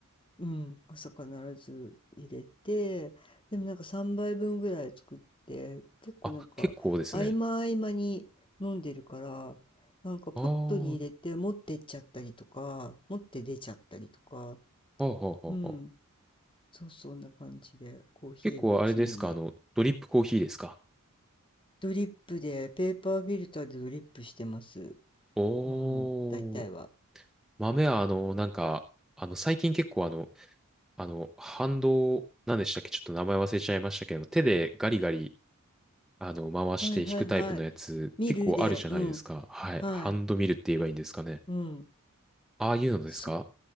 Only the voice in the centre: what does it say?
あ、結構ですね。
ああ、は
あはあはあはあ。
結構あれですか、あの、ドリップコーヒーですか。
おー
豆はあの、なんか、あの、最近結構あの、あの、ハンド、なんでしたっけ、ちょっと名前忘れちゃいましたけど、手でガリガリあの、回して引くタイプのやつ、
結構あるじゃないですか。
はい。
ハンドミルって言えばいいんですかね。
ああいうのですか